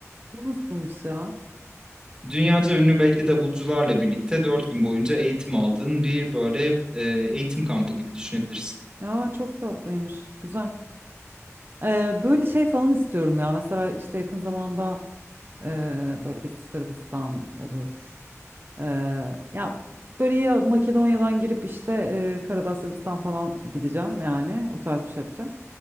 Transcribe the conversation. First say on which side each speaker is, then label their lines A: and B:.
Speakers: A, on the right; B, on the right.
A: Bu nasılmış ya?
B: dünyaca ünlü belli davulcularla birlikte dört gün boyunca eğitim aldığın bir böyle e, eğitim kampı gibi düşünebilirsin.
A: Ya çok tatlıymış. Güzel. Eee, böyle şey falan istiyorum ya. Mesela işte yakın zamanda Eee, böyle bir Sırbistan olur. Eee, ya böyle ya Makedonya'dan girip işte eee Karadağ Sırbistan falan gideceğim yani o tarz bir şey yapacağım.